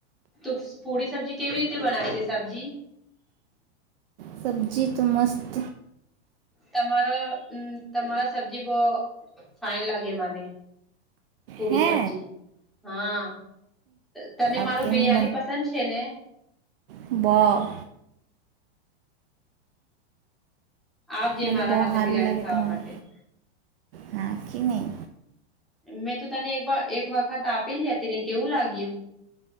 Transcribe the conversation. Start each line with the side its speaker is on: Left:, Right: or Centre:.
Centre: તું પૂડી સબ્જી કેવી રીતે બનાય છે સબ્જી.
Right: સબ્જી તો મસ્ત
Centre: તમાર અ તમારા સબ્જી બહ ફાઈન લાગે મને. પૂડી
Right: હે
Centre: સબ્જી હા તને મારું
Right: ઓકે
Centre: બિરયાની
Right: હું
Centre: પસંદ છે ને?
Right: બહ
Centre: આવજે
Right: મને
Centre: મારા
Right: બહુ
Centre: હાથે
Right: સારું
Centre: બિરયાની
Right: લાગે
Centre: ખાવા
Right: તમારે
Centre: માટે.
Right: હા કે નહી.
Centre: મેં તો તને એકબ એક વખત આપેલી હતી ને કેવું લાગ્યું?